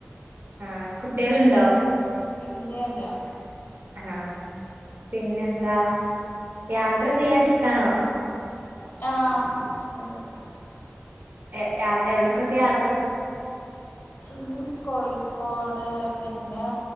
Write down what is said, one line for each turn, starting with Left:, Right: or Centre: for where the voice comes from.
Right: ആ കുട്ട്യാൾണ്ടോ
Left: ഇല്ലല്ല
Right: ആ പിന്നെന്താ യാത്ര ചെയ്യാഷ്ടാണോ
Left: ആ <unintelligible>
Right: എ യാ എവിട്ക്കൊക്കെ യാ
Left: ഉം കോഴിക്കോട് പി പിന്നെ